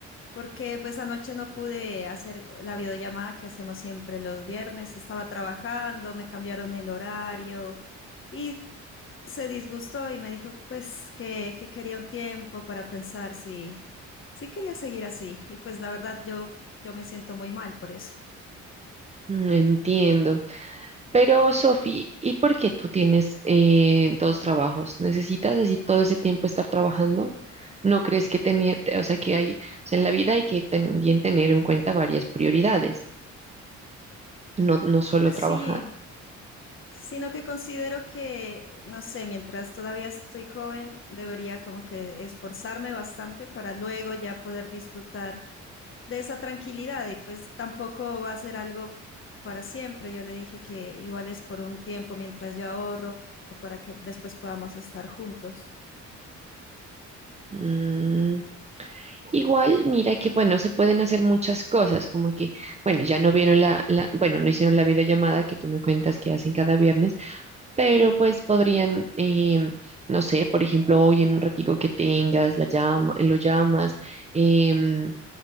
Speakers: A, on the left; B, on the right.
A: porque pues anoche no pude hacer la videollamada que hacemos siempre los viernes. Estaba trabajando, me cambiaron el horario y se disgustó y me dijo pues que, que quería un tiempo para pensar si, si quería seguir así. Y pues la verdad yo, yo me siento muy mal por eso.
B: Mm, entiendo. Pero, Sofi, ¿y por qué tú tienes eh, dos trabajos? ¿Necesitas así todo ese tiempo estar trabajando? ¿No crees que tenía, te- o sea, que hay, o sea, en la vida hay que también tener en cuenta varias prioridades, no, no solo
A: Pues
B: trabajar.
A: sí, sino que considero que, no sé, mientras todavía estoy joven, debería como que esforzarme bastante para luego ya poder disfrutar de esa tranquilidad y pues tampoco va a ser algo para siempre. Yo le dije que igual es por un tiempo mientras yo ahorro para que después podamos estar juntos.
B: Mm, Igual, mira que, bueno, se pueden hacer muchas cosas, como que, bueno, ya no vieron la, la- bueno, no hicieron la videollamada que tú me cuentas que hacen cada viernes, pero pues podrían, em, no sé, por ejemplo, hoy en un ratico que tengas, la llama, lo llamas, em,